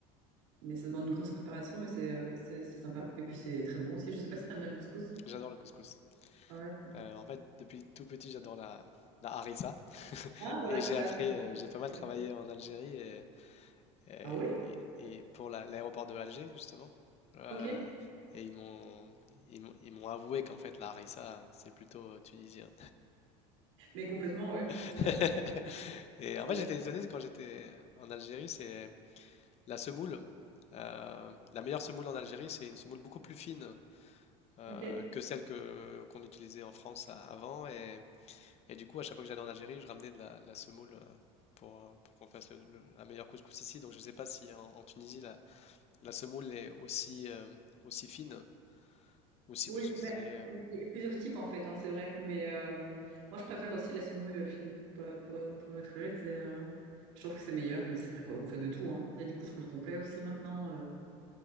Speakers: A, on the right; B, on the left.
A: mais ça demande une grosse préparation, mais c'est, euh, c'est, c'est sympa. Et puis c'est très bon aussi. Je sais pas si t'aimes bien le couscous.
B: j'adore le couscous.
A: Ah ouais.
B: Euh, en fait, depuis tout petit, j'adore la, la harissa.
A: Ah voilà,
B: Et
A: c'est
B: j'ai
A: ça.
B: appris,
A: donc,
B: euh, j'ai pas mal
A: euh.
B: travaillé en Algérie et, et-
A: Ah oui
B: et- et pour la- l'aéroport de Alger, justement. Euh,
A: Ok.
B: et ils m'ont ils m'ont ils m'ont avoué qu'en fait, la harissa, c'est plutôt euh, tunisien.
A: Mais complètement, ouais.
B: <laughs>
A: Ouais,
B: Et
A: ouais,
B: en
A: c'est
B: fait,
A: vrai.
B: j'étais étonné quand j'étais en Algérie, c'est la semoule. euh, la meilleure semoule en Algérie, c'est une semoule beaucoup plus fine euh,
A: Ok.
B: que celle que qu'on utilisait en France a- avant. Et, Et du coup, à chaque fois que j'allais en Algérie, je ramenais de la, de la semoule euh, pour, euh, pour qu'on fasse le, le- un meilleur couscous ici. Donc, je ne sais pas si en, en Tunisie, la, la semoule est aussi, euh, aussi fine ou si
A: Oui,
B: vous utilisez.
A: ben,
B: euh,
A: il y a plusieurs types en fait, hein, c'est vrai. Mais euh, moi, je préfère aussi la semoule fine. Pour, pour- pour être honnête, c'est, euh, je trouve que c'est meilleur, mais c'est vrai qu'on fait de tout. hein. Il y a du couscous complet aussi maintenant. euh.